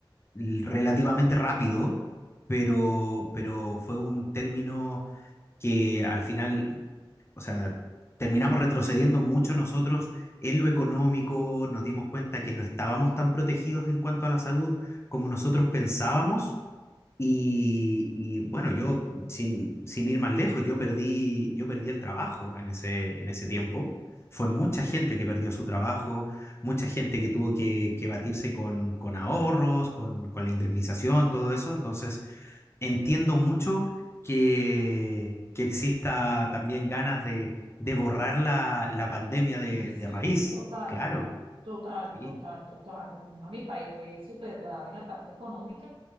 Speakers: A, on the left (about 30°); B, on the right (about 75°).
A: l- relativamente rápido, pero, pero fue un término que al final, o sea, terminamos retrocediendo mucho nosotros en lo económico, nos dimos cuenta que no estábamos tan protegidos en cuanto a la salud como nosotros pensábamos. Y, y, bueno, yo, sin, sin ir más lejos, yo perdí, yo perdí el trabajo en ese, en ese tiempo. Fue mucha gente que perdió su trabajo, mucha gente que tuvo que, que batirse con, con ahorros, con, con la indemnización, todo eso. Entonces, entiendo mucho que, que exista también ganas de, de borrar la, la pandemia de,
B: Ah, sí,
A: de raíz.
B: total.
A: Claro,
B: Total,
A: sí,
B: total, total. A mi país fue súper grave en la parte económica.